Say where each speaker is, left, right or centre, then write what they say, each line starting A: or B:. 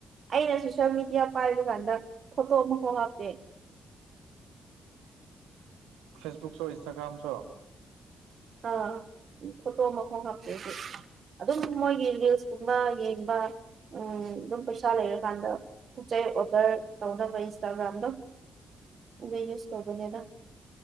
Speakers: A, on the right; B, on the right.
A: ꯑꯩꯅ ꯁꯣꯁꯦꯜ ꯃꯦꯗꯤꯌꯥ ꯄꯥꯏꯕ ꯀꯥꯟꯗ ꯐꯣꯇꯣ ꯑꯃꯐꯥꯎ ꯍꯥꯞꯇꯦ
B: ꯐꯦꯁꯕꯨꯛ ꯁꯣ ꯏꯟꯁꯇꯒ꯭ꯔꯥꯝꯁꯨ
A: ꯑ ꯐꯣꯇꯣ ꯑꯃꯐꯧ ꯍꯥꯞꯇꯦ <unintelligible> ꯑꯗꯨꯝ ꯃꯣꯏꯒꯤ ꯔꯤꯜꯁꯀꯨꯝꯕ ꯌꯦꯡꯕ ꯎꯝ ꯑꯗꯨꯝ ꯄꯩꯁꯥ ꯂꯩꯔꯀꯥꯟꯗ ꯄꯣꯠ ꯆꯩ ꯑꯣꯔꯗꯔ ꯇꯧꯅꯕ ꯏꯟꯁꯇꯥꯒ꯭ꯔꯥꯝꯗꯣ ꯑꯗꯨ ꯌꯨꯁ ꯇꯧꯕꯅꯦꯗ